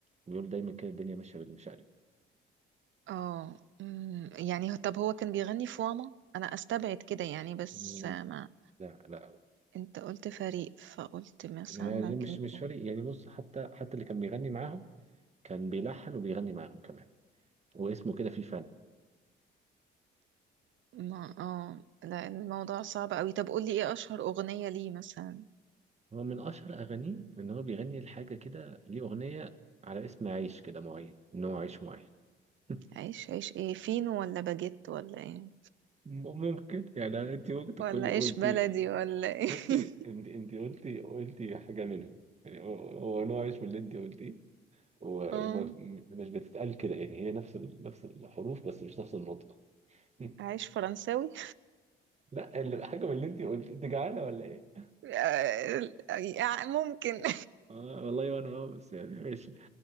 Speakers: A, on the right; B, on the right.
A: بيقول دايما كده الدنيا ماشية بالمشقلب
B: اه أمم، يعني هو- طب هو كان بيغني في واما انا استبعد كده يعني بس
A: مم.
B: ما
A: لا لا
B: انت قلت فريق فقلت مثلا
A: يعني
B: ممكن
A: مش
B: يكون
A: مش فارق يعني بص حتى حتى اللي كان بيغني معاهم كان بيلحن وبيغني معاهم كمان واسمه كده فيه فن
B: ما اه لا الموضوع صعب قوي طب قولي ايه اشهر اغنية ليه مثلا
A: هو من اشهر اغانيه ان هو بيغني لحاجه كده ليه اغنيه على اسم عيش كده معين ان هو عيش معين <laughs>
B: عيش عيش ايه فينو ولا باجيت ولا ايه
A: م- ممكن يعني انت ممكن تكوني
B: ولا عيش
A: قلتي
B: بلدي ولا ايه
A: بصي
B: <laughs>
A: انت انت قلتي قلتي حاجه منهم يعني هو هو نوع عيش من اللي انت قلتيه و-
B: اه
A: وما مش بتتقال كده يعني هي نفس ال- نفس الحروف بس مش نفس النطق <laughs>
B: عيش فرنساوي
A: لا اللي حاجه من اللي انت قلت انت جعانه ولا ايه؟
B: <laughs> آه، آه، ممكن <laughs>
A: اه والله وانا اه بس يعني ماشي